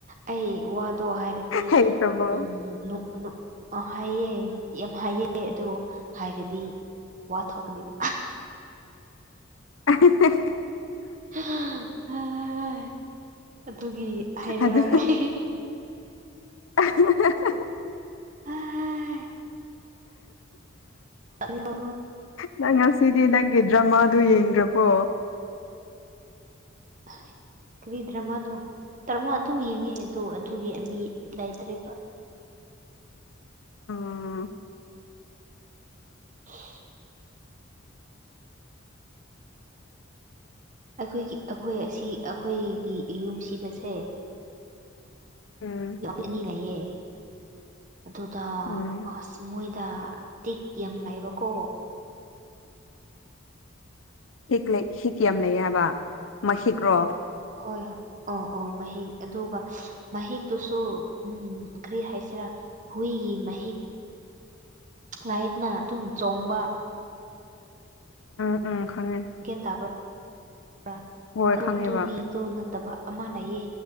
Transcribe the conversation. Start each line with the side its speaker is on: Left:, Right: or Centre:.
Right: ꯑꯩ ꯋꯥꯗꯣ ꯍꯥꯏꯔꯗꯤ
Left: ꯍꯩꯇ꯭ꯔꯕꯣ
Right: ꯎꯝ ꯅꯨꯛ ꯅꯨꯛ ꯑ ꯍꯥꯏꯑꯦ ꯌꯥꯝ ꯍꯥꯏꯑꯦ ꯑꯗꯣ ꯍꯥꯏꯔꯗꯤ ꯋꯥ ꯊꯣꯛꯀꯅꯦꯕ
Left: ꯑꯍꯥ ꯍꯥ
Right: ꯍꯥꯏ ꯑꯗꯨꯒꯤ ꯍꯥꯏꯔꯔꯣꯏ
Left: ꯑꯗꯨ
Right: ꯑꯩ
Left: <unintelligible>
Right: ꯍꯥꯏ ꯇꯠꯂꯦꯍꯣ
Left: ꯅꯪ ꯉꯁꯤꯗꯤ ꯅꯪꯒꯤ ꯗ꯭ꯔꯃꯥꯗꯨ ꯌꯦꯡꯗ꯭ꯔꯕꯣ
Right: ꯑꯥꯏ ꯀꯔꯤ ꯗ꯭ꯔꯃꯥꯅꫭ ꯇ꯭ꯔꯃꯥ ꯑꯗꯨꯝ ꯌꯦꯡꯉꯦ ꯑꯗꯣ ꯑꯗꯨꯒꯤ ꯑꯦꯝꯕꯤ ꯂꯩꯇ꯭ꯔꯦꯕ
Left: ꯑꯣ
Right: <unintelligible> ꯑꯩꯈꯣꯏꯒꯤ ꯑꯩꯈꯣꯏ ꯑꯁꯤ ꯑꯩꯈꯣꯏꯒꯤ ꯏꯌꯨꯝꯁꯤꯗꯁꯦ
Left: ꯎꯝ
Right: ꯑꯅꯤ ꯂꯩꯌꯦ ꯑꯗꯨꯗ
Left: ꯎꯝ
Right: ꯑꯁ ꯃꯣꯏꯗ ꯇꯤꯛ ꯌꯥꯝ ꯂꯩꯥꯕꯀꯣ
Left: ꯍꯤꯛ ꯂꯩ ꯍꯤꯛ ꯌꯥꯝ ꯂꯩ ꯍꯥꯏꯕ ꯃꯍꯤꯛꯔꯣ
Right: ꯍꯣꯏ ꯍꯣ ꯑꯣ ꯑꯣ ꯃꯍꯤꯛ ꯑꯗꯨꯒ ꯃꯍꯤꯛꯇꯨꯁꯨ ꯎꯝ ꯀꯔꯤ ꯍꯥꯏꯁꯤꯔꯥ ꯍꯨꯏꯒꯤ ꯃꯍꯤꯛ ꯂꯥꯏꯌꯦꯗꯅ ꯑꯗꯨꯝ ꯆꯣꯡꯕ
Left: ꯎꯝ ꯎꯝ ꯈꯪꯉꯦ
Right: ꯒ꯭ꯌꯥꯟ ꯇꯥꯕ꯭ꯔꯥ ꯔꯥ
Left: ꯍꯣꯏ
Right: ꯑꯗꯨ
Left: ꯈꯪꯉꯦꯕ
Right: ꯑꯗꯨꯒꯤꯗꯣ ꯅꯠꯇꯕ ꯑꯃ ꯂꯩꯌꯦ